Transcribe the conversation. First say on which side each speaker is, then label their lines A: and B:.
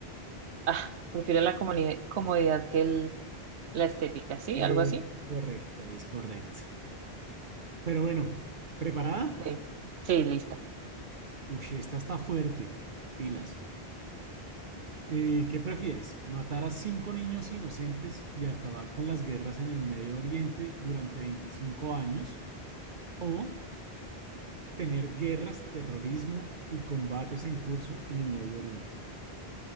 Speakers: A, on the right (about 85°); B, on the right (about 50°).
A: Ah, prefiero la comodidad comodidad que el- la estética, ¿sí?
B: Es
A: ¿Algo así?
B: correcto, es correcto. Pero bueno, ¿preparada?
A: Sí. Sí, lista.
B: Uy, esta está fuerte. Pilas. Eh, ¿qué prefieres? ¿Matar a cinco niños inocentes y acabar con las guerras en el Medio Oriente durante 25 años? ¿O tener guerras, terrorismo y combates en curso en el Medio Oriente?